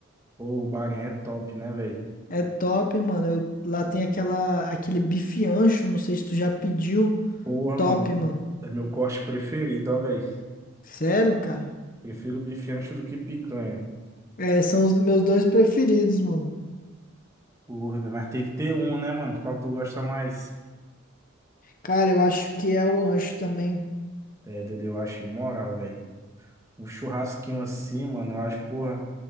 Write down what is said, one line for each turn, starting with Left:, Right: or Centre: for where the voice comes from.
Right: Pô, o Bahrein é top, né, velho?
Left: É top, mano. Eu- lá tem aquela, aquele bife ancho, não sei se tu já pediu.
Right: Porra,
Left: Top,
Right: mano,
Left: mano.
Right: é meu corte preferido, ó, velho.
Left: Sério, cara?
Right: Prefiro bife ancho do que picanha.
Left: É, são os meus dois preferidos, mano.
Right: Porra, velho, mas tem que ter um, né, mano? Qual tu gosta mais?
Left: Cara, eu acho que é o ancho também.
Right: É, Dudu, eu acho moral, velho. Um churrasquinho assim, mano, eu acho, porra,